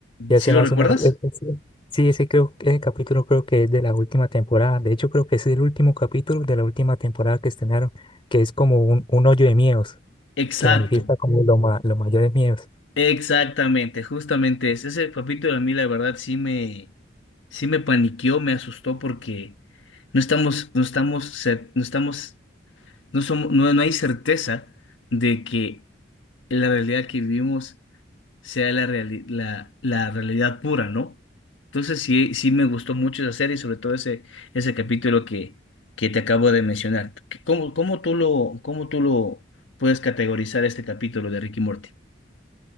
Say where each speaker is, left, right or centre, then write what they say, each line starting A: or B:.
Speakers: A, on the left (about 30°); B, on the left (about 80°).
A: Ya
B: ¿sí
A: sé
B: lo
A: más
B: recuerdas?
A: o menos. e- ese- sí, ese creo, ese capítulo creo que es de la última temporada. De hecho, creo que es el último capítulo de la última temporada que estrenaron, que es como un, un hoyo de miedos,
B: Exacto.
A: que manifiesta como lo ma- los mayores miedos.
B: Exactamente, justamente ese, ese capítulo a mí la verdad sí me, sí me paniqueó, me asustó porque no estamos, no estamos, cer- no estamos, no somos, no, no hay certeza de que la realidad que vivimos sea la, reali- la, la realidad pura, ¿no? Entonces sí, sí me gustó mucho esa serie, sobre todo ese, ese capítulo que, que te acabo de mencionar. ¿Cómo, cómo tú lo, cómo tú lo puedes categorizar este capítulo de Ricky Morty?